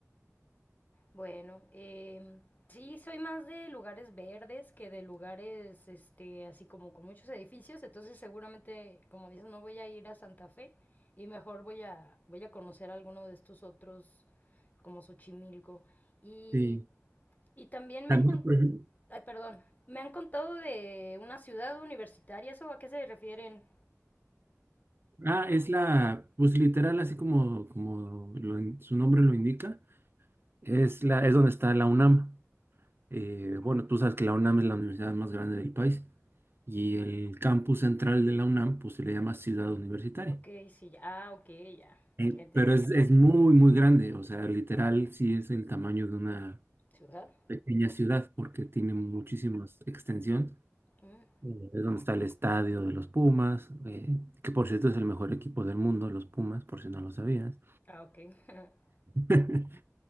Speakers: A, on the left (about 30°); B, on the right (about 45°).
A: Bueno, em, sí, soy más de lugares verdes que de lugares, este, así como con muchos edificios, entonces seguramente, como dices, no voy a ir a Santa Fe y mejor voy a, voy a conocer alguno de estos otros, como Xochimilco. Y,
B: Sí.
A: y también
B: También,
A: me han, con-
B: por ejemplo,
A: ay, perdón, me han contado de una ciudad universitaria, ¿eso a qué se refieren?
B: ah, es la, pues literal, así como, como lo in- su nombre lo indica, es, la, es donde está la UNAM. Eh, bueno, tú sabes que la UNAM es la universidad más grande del país y el campus central de la UNAM, pues se le llama Ciudad Universitaria.
A: Ok, sí, ya, ah, ok, ya,
B: Eh,
A: ya entendí.
B: pero es, es muy, muy grande, o sea, literal sí es el tamaño de una
A: ¿Ciudad?
B: pequeña ciudad porque tiene muchísima extensión.
A: Mm,
B: Eh, Es donde está el estadio de los Pumas, eh, que por cierto es el mejor equipo del mundo, los Pumas, por si no lo sabías.
A: Ah, ok, <laughs>
B: <laughs>